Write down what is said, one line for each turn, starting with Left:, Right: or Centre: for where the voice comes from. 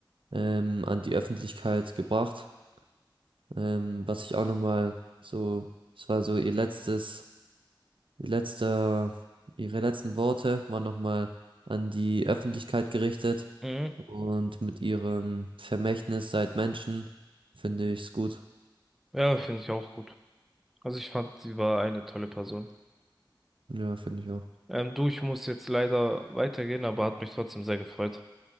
Right: ähm, an die Öffentlichkeit gebracht. Ähm, was ich auch nochmal so, es war so ihr letztes Ihr letzter, ihre letzten Worte waren nochmal an die Öffentlichkeit gerichtet
Centre: Mhm.
Right: und mit ihrem Vermächtnis seid Menschen finde ich's gut.
Centre: Ja, finde ich auch gut. Also ich fand, sie war eine tolle Person.
Right: Ja, finde ich auch.
Centre: Ähm, du, ich muss jetzt leider weitergehen, aber hat mich trotzdem sehr gefreut.